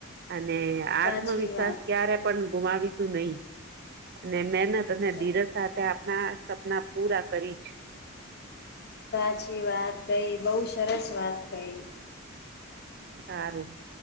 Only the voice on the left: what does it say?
સાચી
વાત
સાચી
વાત
સાચી વાત કહી, બઉ સરસ વાત કહી.